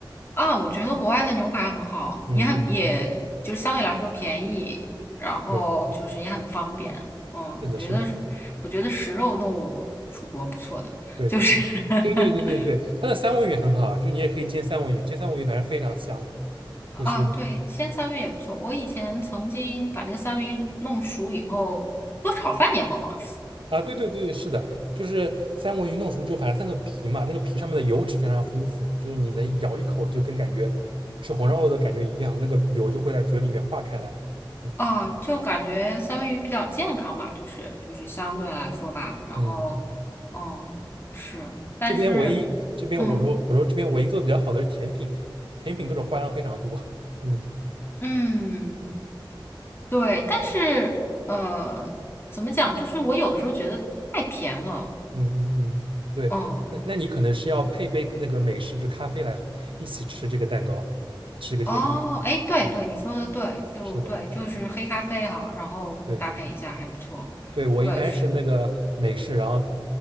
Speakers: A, on the left (about 25°); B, on the right (about 80°).
A: 啊，我觉得国外的牛排很好，
B: 嗯嗯，
A: 也很也就是相对来说便宜，然后就是也很方便，
B: 对，
A: 嗯，我觉得是，
B: 是的，是的，
A: 我觉得食肉动物出国不错的，
B: 对
A: 就是 <laughs>
B: 对对对对对，它的三文鱼也很好，就是你也可以煎三文鱼，煎三文鱼反正非常香，
A: 啊，
B: 就是。
A: 对，煎三文鱼也不错。我以前曾经把那个三文鱼弄熟以后，做炒饭也很好吃
B: 啊，对对对，是的，就是三文鱼弄熟之后，反正三个皮嘛，那个皮上面的油脂非常丰富，就是你能咬一口就跟感觉吃红烧肉的感觉一样，那个油就会在嘴里面化开来。嗯
A: 啊，就感觉三文鱼比较健康吧，就是就是相对来说吧。然后，
B: 嗯，
A: 哦，是，但是，
B: 这边唯一这边我说我说这边唯一做的比较好的是甜品，
A: 嗯
B: 甜品各种花样非常多。嗯
A: 嗯，对，但是呃，怎么讲？就是我有的时候觉得太甜了，
B: 嗯嗯嗯，对，
A: 嗯。
B: 那那你可能是要配杯那个美式就咖啡来一起吃这个蛋糕，吃这个甜品。
A: 哦，哎，对对，
B: 嗯，
A: 你说的对，就对，
B: 是的，
A: 就是黑咖啡哈，然后搭配一下还不错，
B: 对。对，我一般是那个美式，
A: 对，是。
B: 然后